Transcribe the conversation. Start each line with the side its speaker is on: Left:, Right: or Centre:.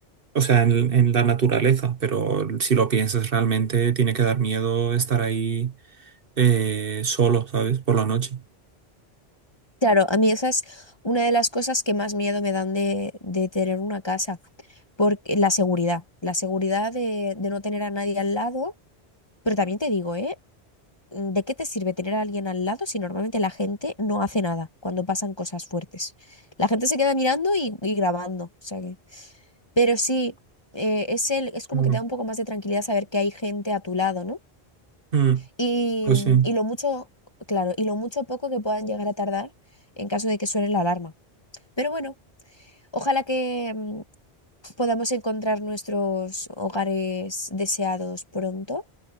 Right: o sea, en, en la naturaleza, pero si lo piensas realmente, tiene que dar miedo estar ahí eh, solo, ¿sabes? Por la noche.
Left: Claro, a mí esa es una de las cosas que más miedo me dan de, de tener una casa, porque la seguridad, la seguridad de, de no tener a nadie al lado, pero también te digo, ¿eh? Mm, ¿De qué te sirve tener a alguien al lado si normalmente la gente no hace nada cuando pasan cosas fuertes? La gente se queda mirando y, y grabando, o sea que... Pero sí, eh, es el, es como
Right: Claro.
Left: que te da un poco más de tranquilidad saber que hay gente a tu lado, ¿no?
Right: Mm,
Left: Y,
Right: pues sí.
Left: y lo mucho, claro, y lo mucho o poco que puedan llegar a tardar en caso de que suene la alarma. Pero bueno, ojalá que mm, podamos encontrar nuestros hogares deseados pronto,